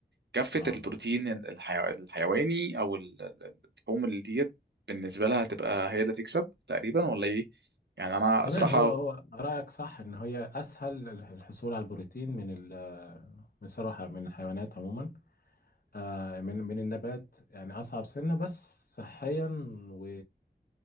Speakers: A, on the right (about 85°); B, on the left (about 60°).
A: كفة
B: اه
A: البروتين ال- الحيو... الحيواني او ال- ال- ال- اللحوم اللي ديت بالنسبة لها هتبقى هي اللي تكسب تقريبا ولا ايه يعني انا
B: تمام
A: صراحة
B: هو هو رأيك صح ان هي اسهل الحصول على البروتين من ال... بصراحة من الحيوانات عموما آه، من من النبات يعني أصعب سنة بس صحيا و